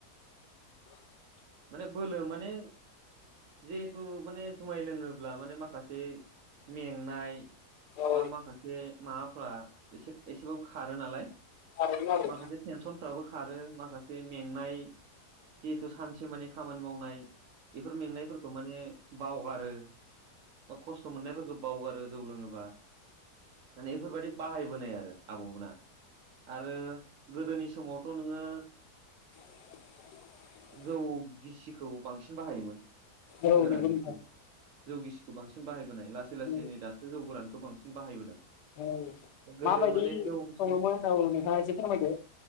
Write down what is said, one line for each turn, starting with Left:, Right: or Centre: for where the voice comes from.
Left: <inaudible>
Right: माने बोलो माने जिहेथु माने जुमाय लोमोब्ला माने माखासे मेंनाय
Left: औ
Right: बा माखासे माबाफ्रा एसे एसेबाबो खारो नालाय
Left: थारैनो आरो
Right: माखासे टेनसनफ्राबो खारो माखासे मेंनाय जिहेथु सानसे मानानि खामानि मावनाय बेफोर मेंनायफोरखौ माने बावगारो बा खस्थ' मोननायफोरखौ बावगारो जौ लोङोबा माने बेफोरबायाददि बाहायबोनाय आरो आबौमोना आरो गोदोनि समावथ' नोङो
Left: <inaudible>
Right: जौ गिसिखौ बांसिन बाहायोमोन
Left: औ
Right: गोराननिख्रुइ
Left: नंगौ नोंथां
Right: जौ गिसि बांसि बाहायबोनाय लासै
Left: औ
Right: लासै दासो जौ गोरानखौ बांसिन बाहायबोदों
Left: औ
Right: गोदो
Left: माबायदि
Right: माने
Left: सङोमोन
Right: जौ गिसि
Left: होननाव नोंथाङा एसे फोरमायदो